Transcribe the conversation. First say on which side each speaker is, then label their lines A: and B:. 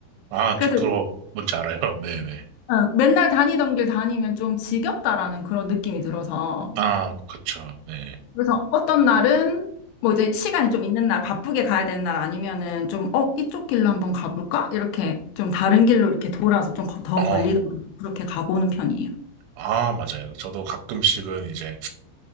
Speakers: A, on the right; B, on the left.
A: 아,
B: 그래서
A: 저 그거 뭔지 알아요? <laughs> 네네.
B: 어, 맨날 다니던 길 다니면 좀 지겹다라는 그런 느낌이 들어서
A: 아, 그쵸. 네.
B: 그래서 어떤 날은 뭐 이제 시간이 좀 있는 날 바쁘게 가야 되는 날 아니면은 좀 어 이쪽 길로 한번 가볼까 이렇게 좀 다른 길로 이렇게 돌아서 좀 더
A: 어,
B: 걸리도록 그렇게 가보는 편이에요.
A: 아, 맞아요. 저도 가끔씩은 이제